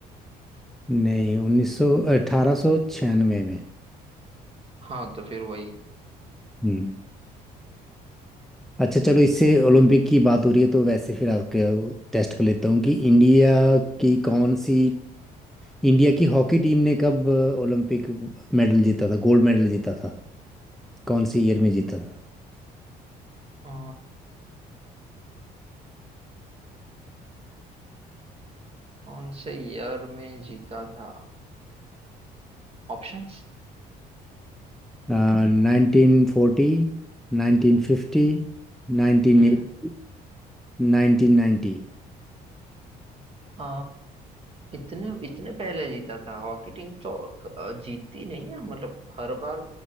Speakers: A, in the centre; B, on the right.
A: नहीं उन्नीस सौ अठारह सौ छियानवे में
B: हाँ तो फिर वही
A: हम्म अच्छा चलो इससे ओलंपिक की बात हो रही है तो वैसे फिर आपके टेस्ट कर लेता हूँ कि इंडिया की कौन सी इंडिया की हॉकी टीम ने कब ओलंपिक मेडल जीता था गोल्ड मेडल जीता था कौन सी ईयर में जीता
B: अ, कौन से ईयर में जीता था ऑप्शंस
A: था नाइनटीन फोर्टी नाइनटीन फिफ्टी नाइनटीन
B: हम्म
A: एटी नाइनटीन नाइन्टी
B: अ, इतने इतने पहले जीता था हॉकी टीम तो अ, जीती नहीं है मतलब हर बार